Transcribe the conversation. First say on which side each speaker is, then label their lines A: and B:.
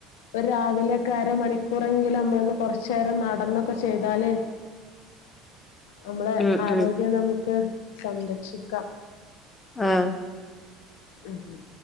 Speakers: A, on the left; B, on the left.
A: ഒരു രാവിലെ ക്കെ അരമണിക്കൂറെങ്കിലും അമ്മളോന്ന് കുറചേരം നടന്നൊക്കെ ചെയ്താല് അമ്മളെ
B: ഉം
A: ആരോഗ്യം
B: ഉം
A: നമുക്ക് സംരക്ഷിക്കാം.
B: ആഹ
A: ഉം ഉ